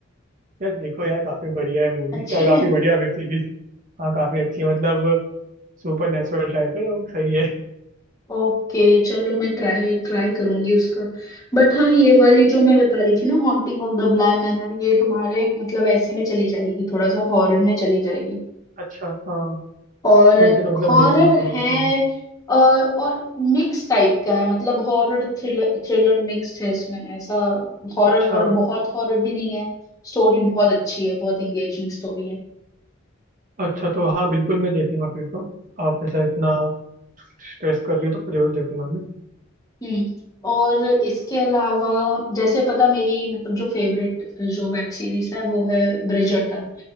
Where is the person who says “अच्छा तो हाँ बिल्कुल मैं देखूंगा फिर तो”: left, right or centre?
Right